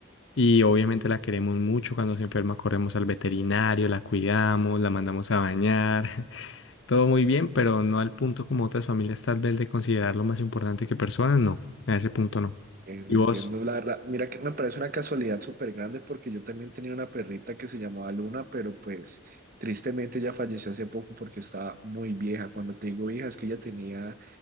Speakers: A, on the left (about 65°); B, on the right (about 45°).
A: Y obviamente la queremos mucho. Cuando se enferma, corremos al veterinario, la cuidamos, la mandamos a bañar. <laughs> Todo muy bien, pero no al punto como otras familias tal vez de considerarlo más importante que personas, no. A ese punto no.
B: Eh, entiendo,
A: ¿Y vos?
B: la verdad. Mira que me parece una casualidad súper grande porque yo también tenía una perrita que se llamaba Luna, pero pues tristemente ella falleció hace poco porque estaba muy vieja. Cuando te digo vieja es que ella tenía